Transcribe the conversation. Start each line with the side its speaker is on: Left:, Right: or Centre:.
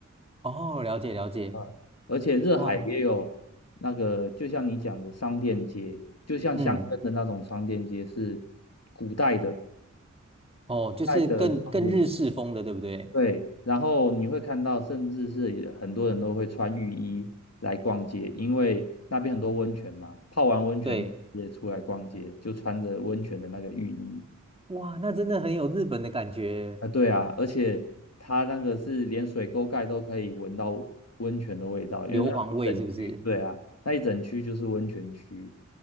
Right: 哦，了解了解，
Left: 嗯，而且热海也有那个，
Right: 哇，
Left: 就像你讲的商店街，就像香根的那种商店街是
Right: 嗯，
Left: 古代的，
Right: 哦，就是更更日式风的，
Left: 代的商店，
Right: 对不对？
Left: 对。然后你会看到，甚至是也很多人都会穿浴衣来逛街，因为那边很多温泉嘛，泡完温泉也出来逛街，
Right: 对，
Left: 就穿着温泉的那个浴衣。
Right: 哇，那真的很有日本的感觉，
Left: 啊，对啊，而且它那个是连水沟盖都可以闻到温泉的味道，
Right: 硫磺味是不是？
Left: 因为那一整区，对啊，那一整区就是温泉区。